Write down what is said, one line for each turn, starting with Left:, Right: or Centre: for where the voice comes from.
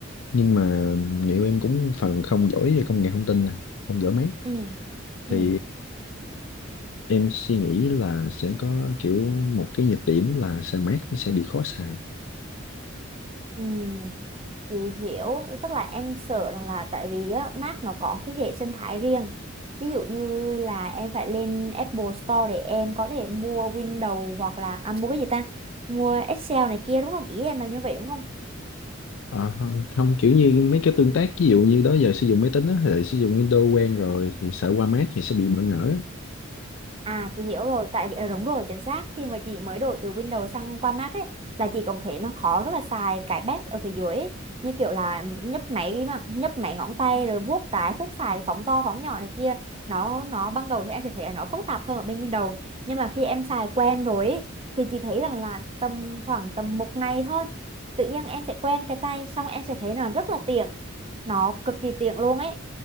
Left: nhưng mà liệu em cũng phần không giỏi về công nghệ thông tin nè không giỏi mấy
Right: ừ ừ
Left: thì em suy nghĩ là sẽ có kiểu một cái nhược điểm là xe mát nó sẽ bị khó xài
Right: ừ Chị hiểu, tức là em sợ rằng là tại vì á, Mac nó có cái hệ sinh thái riêng. Ví dụ như là em phải lên Apple Store để em có thể mua Windows hoặc là à, mua cái gì ta? Mua Excel này kia đúng không? Ý em là như vậy đúng không?
Left: Ờ, không không, kiểu như mấy cái tương tác ví dụ như đó giờ sử dụng máy tính á, thì lại sử dụng Windows quen rồi thì sợ qua Mac thì sẽ bị bỡ ngỡ
Right: À chị hiểu rồi, tại vì ờ, đúng rồi chính xác khi mà chị mới đổi từ Windows sang qua Mac ấy là chị cũng thấy nó khó rất là xài cái pad ở phía dưới ấy. Như kiểu là nhấp máy mà nhấp máy ngón tay rồi vuốt trái vuốt phải phóng to phóng nhỏ này kia nó nó ban đầu thì em sẽ thấy là nó phức tạp hơn ở bên Windows nhưng mà khi em xài quen rồi ấy, thì chị thấy rằng là tầm khoảng tầm một ngày thôi tự nhiên em sẽ quen cái tay xong em sẽ thấy là rất là tiện nó cực kỳ tiện luôn ấy